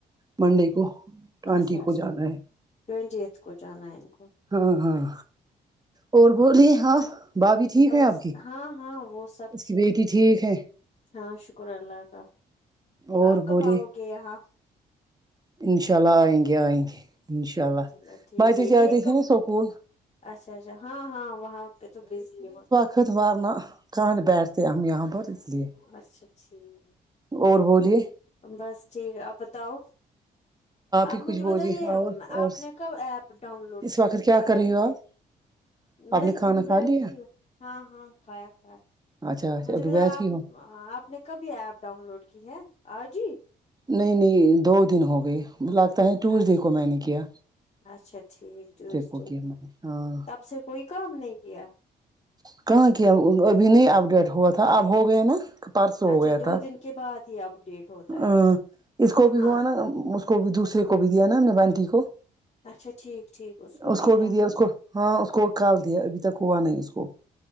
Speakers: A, on the right (about 20°); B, on the left (about 30°).
A: منڈے کو ٹوینٹی
B: اچھا
A: کو
B: اچھا
A: جانا ہے
B: ٹوینٹیت کو جانائن گ
A: ہاں ہاں اور بولیے ہاں بھا بی ٹھیک
B: بس
A: ہے آپ کی
B: ہاں ہاں وہ سب
A: اس کی بیٹی ٹھیک ہے
B: ہاں شکر اللہ کا
A: اور
B: آپ کب
A: بولے
B: آؤ گے یہاں
A: انشاء اللہ آئیں گے آئیں گے انشاء اللہ
B: چلو ٹھیک
A: بچے
B: ہے
A: جاتدے
B: یہ
A: تھے
B: کب
A: نا سکول
B: اچھا اچھا ہاں ہاں وہاں پہ تو بزی ہی ہو
A: اتوار نا کان بیٹھ کے ہم یہاں پر لیے
B: اچھا ٹھیک
A: اور بولیے
B: بس ٹھیک آپ بتاؤ آپ
A: ہی کچھ
B: مجھے
A: بولیے
B: بتائیے
A: اور اور
B: آپ نے کب ایپ ڈاؤن لوڈ
A: اس
B: کی
A: وقت
B: تھی
A: کیا
B: یہ
A: کر
B: والے
A: رہی ہو آپ
B: میں
A: آپ نے کھانا
B: ا بھی
A: کھا
B: بیٹھی
A: لیا
B: ہ ہاں ہاں کھایا کھایا
A: اچھا اچھا
B: مجھے
A: ابھی
B: بتا
A: بیچ
B: آپ
A: ہی ہو
B: آپ نے کبھی ایپ ڈاؤن لوڈ کی ہے آ جی
A: نہیں نہیں دو دن ہو گئے لگتا ہے ٹوزڈے
B: اچھا
A: کو میں
B: ٹھیک
A: نے کیا
B: اچھا ٹھیک ٹیوزڈے
A: کو کیا میں نے ہاں
B: تب سے کوئی کام نہیں کیا
A: کہاں کیا ابھی نہیں اپڈیٹ ہوا تھا اب ہو گیا نا پارسو ہو
B: اچھا
A: گیا
B: دو
A: تھا
B: دن کے بعد ہی اپڈیٹ ہوتا
A: ا
B: ہے
A: اس کو بھی
B: ہاں
A: ہوا نا م کو بھی دوسرے کو بھی دیا نا ہم نے بانٹی کو
B: اچھا ٹھیک ٹھیک
A: اس کو
B: ہے
A: بھی دیا اس کو ہاں اس کو کال دیا ابھی تک ہوا نہیں اس کو